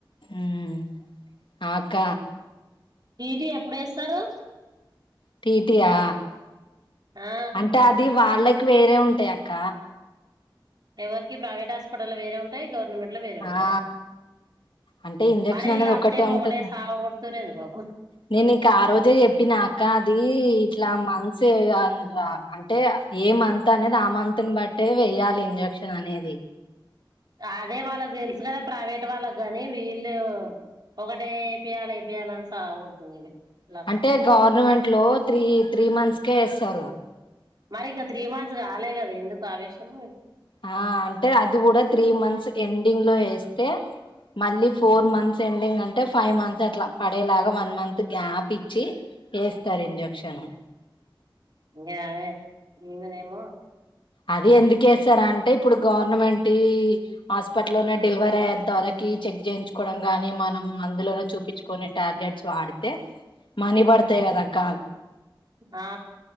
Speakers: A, on the left; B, on the right.
A: ఉమ్ అక్క
B: టీటీ ఎప్పుడు వేస్తారు
A: టీటీయా
B: ఆ
A: అంటే అది వాళ్ళకి వేరే ఉంటాయి అక్క
B: ఎవరికి ప్రైవేట్ హాస్పిటల్ వేరే ఉంటాయి గవర్నమెంట్ లో వేరే ఉంటాయా
A: ఆ అంటే ఇంజక్షన్
B: మరి వీళ్ల
A: అనేది
B: అత్త ఏమో
A: ఉంటది
B: ఒకటే సావ కొడుతుంది బాబు
A: నేను నీకు ఆ రోజే చెప్పినా అక్క అది ఇట్లా మంత్స్ ఎయ్యాలి రా అంటే ఏ మంత్ అనేది ఆ మంత్ని బట్టే ఎయ్యాలి ఇంజక్షన్ అనేది
B: అదే వాళ్ళకి తెలుసు కదా ప్రైవేట్ వాళ్ళకు కాని వీళ్ళు ఒకటే ఏపియాలి ఏపియాలని సావకొడుతుందీ ఈమె వీళ్ళ అత్త
A: అంటే గవర్నమెంట్ లో త్రీ త్రీ మంత్స్కే ఏస్తారు
B: మరి ఇక త్రీ మంత్స్ కాలే కదా ఎందుకు ఆవేశము
A: ఆ అంటే అది కూడా త్రీ మంత్స్ ఎండింగ్ లో వేస్తే మళ్ళీ ఫోర్ మంత్స్ ఎండింగ్ అంటే అంటే ఫైవ్ మంత్స్ అట్లా పడేలాగా వన్ మంత్ గ్యాప్ ఇచ్చి ఏస్తారు ఇంజెక్షన్
B: ఏ అదే ఇంగనేమో
A: అది ఎందుకు ఏస్తారా అంటే ఇప్పుడు గవర్నమెంట్ హాస్పిటల్నే డెలివరీ అయ్యేంత అ టీ చెక్ చేయించుకోవడం గాని మనం అందులోనే చూపించుకునే టాబ్లెట్స్ వాడితే మనీ పడతాయి కదాక్క
B: ఆ